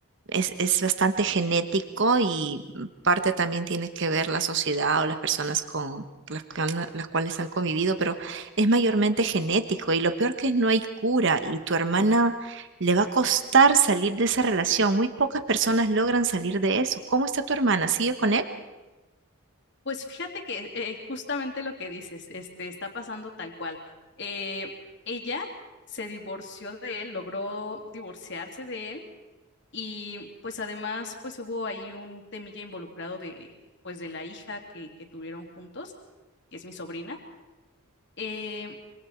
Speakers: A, on the right; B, on the left.
A: es, es bastante genético y parte también tiene que ver la sociedad o las personas con las, que han- las cuales han convivido, pero es mayormente genético y lo peor que es no hay cura y tu hermana le va a costar salir de esa relación. Muy pocas personas logran salir de eso. ¿Cómo está tu hermana? ¿Sigue con él?
B: Pues fíjate que eh, justamente lo que dices, este, está pasando tal cual. Eh, ella se divorció de él, logró divorciarse de él y pues además pues hubo ahí un temilla involucrado de pues de la hija que, que tuvieron juntos, que es mi sobrina. Em,